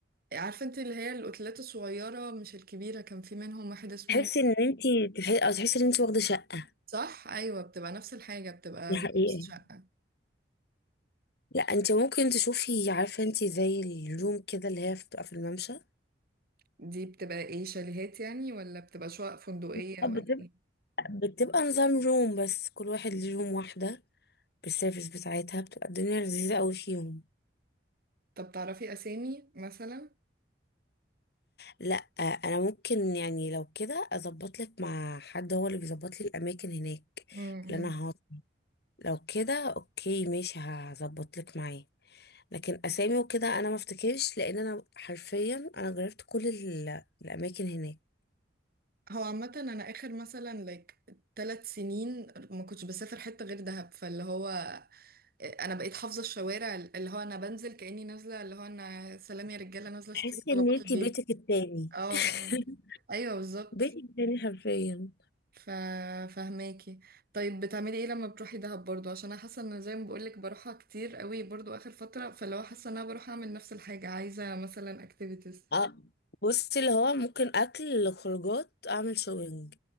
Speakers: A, on the right; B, on the left.
A: عارفه انت اللي هي الاوتيلات الصغيره مش الكبيره كان في منهم واحد اسمه
B: تحسي ان انت تح- او تحسي ان انت واخده شقه
A: صح ايوه بتبقى نفس الحاجه بتبقى
B: دي حقيقه
A: فايبس شقه
B: لا انت ممكن تشوفي عارفه انت زي الروم كده اللي هي بتبقى في الممشى اه
A: دي بتبقى ايه شاليهات يعني ولا بتبقى شقق فندقيه
B: بتبقى
A: ولا ايه
B: بتبقى نظام روم بس كل واحد ليه روم واحده بالسيرفيس بتاعتها بتبقى الدنيا لذيذه قوي فيهم
A: طب تعرفي اسامي مثلا
B: لا آه، انا ممكن يعني لو كده اظبط لك مع حد هو اللي بيظبط لي الاماكن هناك
A: امم
B: اللي انا هقعد لو كده اوكي ماشي هظبط لك معاه لكن اسامي وكده انا ما افتكرش لان انا حرفيا انا جربت كل ال- الاماكن هناك
A: هو عامه انا اخر مثلا لايك ثلاث سنين ما كنتش بسافر حته غير دهب فاللي هو انا بقيت حافظه الشوارع اللي هو انا بنزل كاني نازله اللي هو انا سلام يا رجاله نازله اشتري
B: تحسي
A: طلبات
B: ان انتي
A: البيت
B: بيتك التاني
A: اه
B: <laughs>
A: آه. ايوه بالظبط
B: بيتك التاني حرفيا
A: ف فهماكي طيب بتعملي ايه لما بتروحي دهب برضو عشان انا حاسه ان زي ما بقولك بروحها كتير قوي برضو اخر فتره فاللي هو حاسه ان انا بروح اعمل نفس الحاجه عايزه مثلا اكتيفيتيز
B: اه بصي اللي هو ممكن اكل خروجات اعمل شوبينج